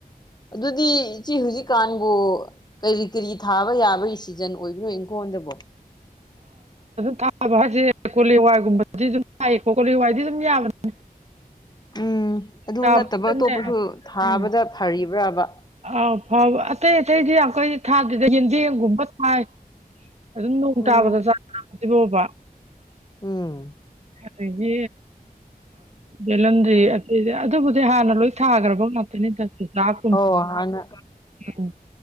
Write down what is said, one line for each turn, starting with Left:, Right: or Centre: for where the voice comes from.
Left: ꯑꯗꯨꯗꯤ ꯏꯆꯦ ꯍꯧꯖꯤꯛ ꯍꯧꯖꯤꯛꯀꯥꯟꯕꯨ ꯀꯔꯤ ꯀꯔꯤ ꯊꯥꯕ ꯌꯥꯕꯒꯤ ꯁꯤꯖꯟ ꯑꯣꯏꯕꯅꯣ ꯑꯩꯪꯈꯣꯟꯗꯕꯨꯣ
Right: ꯊꯥꯕ ꯍꯥꯏꯁꯦ ꯀꯣꯂꯦ ꯋꯥꯏꯒꯨꯝꯕꯗꯤ ꯑꯗꯨꯝ ꯊꯥꯏꯌꯦꯀꯣ ꯀꯣꯂ ꯋꯥꯏꯗꯤ ꯑꯗꯨꯝ ꯌꯥꯕꯅꯤꯅꯦ
Left: ꯎꯝ ꯑꯗꯨ
Right: ꯇꯥꯕꯁꯤꯗꯅꯦ
Left: ꯅꯠꯇꯕ ꯑꯇꯣꯞꯄꯁꯨ ꯊꯥꯕꯗ
Right: ꯎꯝ
Left: ꯐꯔꯤꯕ꯭ꯔꯕ
Right: ꯑꯥꯎ ꯐꯥꯎꯕ ꯑꯇꯩ ꯑꯇꯩꯗꯤ ꯌꯥꯝ ꯀꯩꯗꯤ ꯊꯥꯗꯗ ꯌꯦꯟꯖꯦꯝꯒꯨꯝꯕ ꯊꯥꯏ ꯑꯗꯨꯝ ꯅꯣꯡ ꯇꯥꯕꯗ
Left: ꯎꯝ
Right: ꯆ ꯑꯗꯨꯗꯤꯕꯣꯕ
Left: ꯎꯝ
Right: ꯑꯗꯒꯤ ꯕꯦꯂꯟꯗ꯭ꯔꯤ ꯑꯇꯩꯗꯤ ꯑꯗꯨꯕꯨꯗꯤ ꯍꯥꯟꯅ ꯂꯣꯏ ꯊꯥꯈ꯭ꯔꯕ ꯉꯥꯛꯇꯅꯤꯗ ꯆꯨꯖꯥꯛ
Left: ꯑꯣꯅ
Right: ꯎꯝ